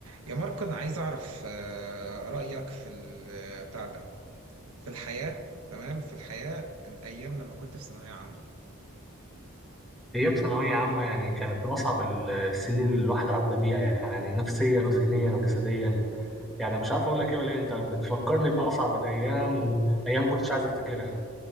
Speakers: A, on the right; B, in the centre.
A: يا ماركو أنا عايز أعرف آه، رأيك في ال- آه، بتاع ده في الحياة تمام في الحياة الأيام لما كنت في ثانوية عامة
B: أيام ثانوية عامة يعني كانت من أصعب ال- السنين اللي الواحد عدى بيها يعني نفسيا وذهنيا وجسديا يعني مش عارف أقول لك إيه ولا إيه أنت بتفكرني بأصعب الأيام وأيام كنتش عايز أفتكرها